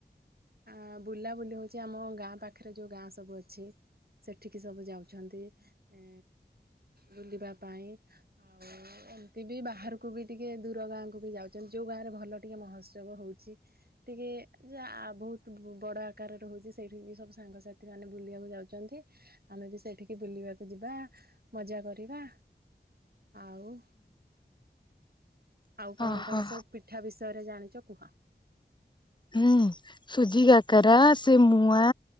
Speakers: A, on the right; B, on the left.
A: ଆ ବୁଲା ବୁଲି ହଉଛି ଆମ ଗାଁ ପାଖରେ ଯୋଉ ଗାଁ ସବୁ ଅଛି। ସେଠିକି ସବୁ ଯାଉଛନ୍ତି ଏ ବୁଲିବା ପାଇଁ ଆଉ ଏମତି ବି ବାହାରୁକୁ ବି ଟିକେ ଦୂର ଗାଁକୁ ବି ଯାଉଛନ୍ତି ଯୋଉଁ ଗାଁରେ ଭଲ ଟିକେ ମହୋତ୍ସବ ହଉଛି। ଟିକେ ଯାଆ ବହୁତ ବଡ଼ ଆକାରରେ ହୋଉଛି ସେଇଠି ବି ସବୁ ସାଙ୍ଗସାଥିମାନେ ବୁଲିଆକୁ ଯାଉଚନ୍ତି। ଆମେ ବି ସେଇଠିକି ବୁଲିବାକୁ ଯିବା ମଜା କରିବା ଆଉ ଆଉ କଣ
B: ଓହୋ
A: କଣ ସବୁ ପିଠା ବିଷୟରେ ଜାଣିଚ କୁହ?
B: ହୁଁ। ସୁଜି କାକାରା ସେ ମୁଆଁ